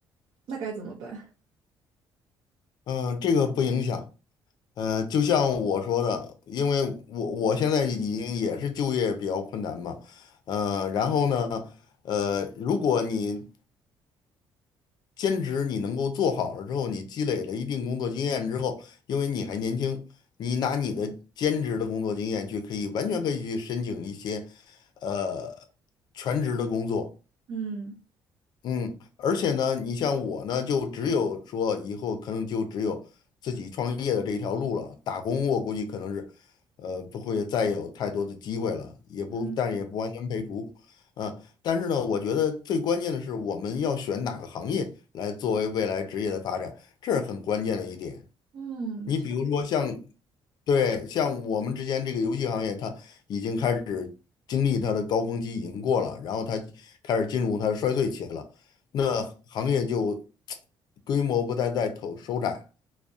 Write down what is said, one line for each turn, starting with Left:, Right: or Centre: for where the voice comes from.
Right: 那该怎么办？
Left: 嗯、这个不影响。呃，就像我说的，因为我我现在已经也是就业比较困难嘛，呃，然后呢，呃，如果你兼职你能够做好了之后，你积累了一定工作经验之后，因为你还年轻，你拿你的兼职的工作经验去，可以完全可以去申请一些，呃，全职的工作。
Right: <laughs> 嗯
Left: 嗯，而且呢，你像我呢，就只有说以后可能就只有自己创业的这一条路了。打工我估计可能是，呃，不会再有太多的机会了，也不，
Right: 嗯
Left: 但也不完全排除。嗯，但是呢，我觉得最关键的是我们要选哪个行业来作为未来职业的发展，这是很关键的一点。
Right: 嗯，
Left: 你比如说像，
Right: 这
Left: 对，像我们之间这个游戏行业，它已经开始经历它的高峰期已经过了，然后它开始进入它的衰退期了，那行业就 <tsk> 规模不断在投收窄。